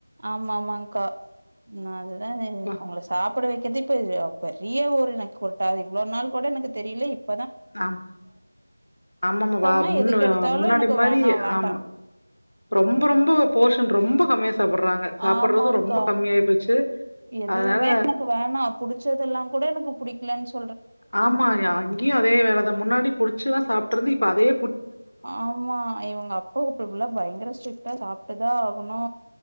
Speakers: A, on the right (about 35°); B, on the left (about 65°).
A: ஆமா ஆமாங்க்கா நா அதுதா அது
B: அப்பா
A: அவுங்ள சாப்பட வெக்கதேப் ப்பர் பெரிய ஒரு எனக்குகொரு டா இவ்ளோ நாள் கொட எனக்கு தெரியில இப்
B: ஆம் ஆம்மம்மா
A: சுத்தமா
B: வா முன்ன
A: எதுக்கு எடுத்தாலு
B: முன்னாடி
A: எனக்கு
B: மாரி
A: வேணா வேண்டா
B: ஆமா ரொம்பொ ரொம்போ போர்ஷன் ரொம்பொ கம்மியா சாப்பட்ற றாங்க சாப்பட்றது
A: ஆமாங்க்கா
B: ரொம்ப கம்மியாயி போச்சு
A: எதுவுமே
B: அதனால
A: எனக்கு வேணா புடிச்சதெல்லாங் கூட எனக்கு புடிக் லன்ச்
B: ஆமாயா அங்கயு அதே வேலதா முன்னாடி புடிச்சுதா சாப் ட்றது இப்ப அதே
A: ஆமா இவங்க அப்பாவு இப்ப ஃபுல்லா பயங்கர ஸ்ட்ரிட் டா சாப்ட்டுதா ஆகணு